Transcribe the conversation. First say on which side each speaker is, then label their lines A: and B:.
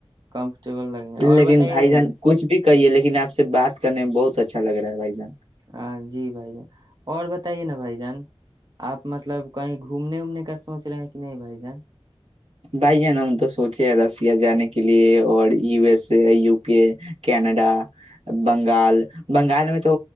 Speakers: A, on the right; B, on the right.
A: کمفرٹیبل لگیں گے اور
B: لیکن
A: بتائیے
B: بھائی جان کچھ بھی کہیے لیکن آپ سے بات کرنے میں بہت اچھا لگ رہا ہے بھائی جان
A: ہاں جی بھائی جان اور بتائیے نا بھائی جان آپ مطلب کہیں گھومنے وومنے کا سوچ رہے ہیں کہ نہیں بھائی جان
B: بھائی جان ہم تو سوچے ہیں رشیا جانے کے لیے اور یو ایس ا یوک کینیڈا بنگال بنگال میں تو